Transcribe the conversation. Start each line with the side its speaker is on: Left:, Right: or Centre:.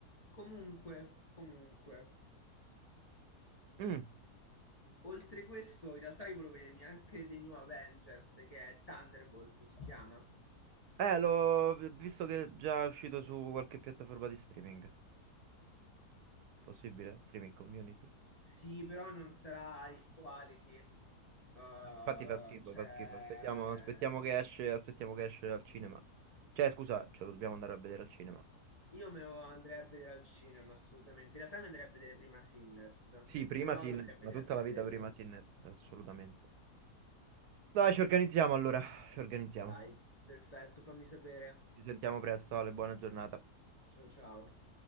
Left: Comunque, comunque,
Right: Mm.
Left: oltre questo, in realtà io volevo vedermi anche The New Avengers, che è Thunderbolts, si chiama.
Right: Eh, l'ho visto che è già uscito su qualche piattaforma di streaming. Possibile? Streaming community?
Left: Sì, però non sarà high quality. Eh,
Right: Infatti fa schifo,
Left: cioè,
Right: fa schifo. Aspettiamo, aspettiamo che esce, aspettiamo che esce al cinema. Cioè, scusa, ce lo dobbiamo andare a vedere al cinema.
Left: Io me lo andrei a vedere al cinema, assolutamente. In realtà mi andrei a vedere prima Sinners,
Right: Sì, prima
Left: però
Right: Sinner,
Left: mi andrei a vedere
Right: ma tutta
Left: anche
Right: la vita
Left: quello.
Right: prima Sinner, assolutamente. Dai, ci organizziamo allora, ci organizziamo.
Left: Dai, perfetto, fammi sapere.
Right: Ci sentiamo presto, Ale, buona giornata.
Left: Ciao ciao.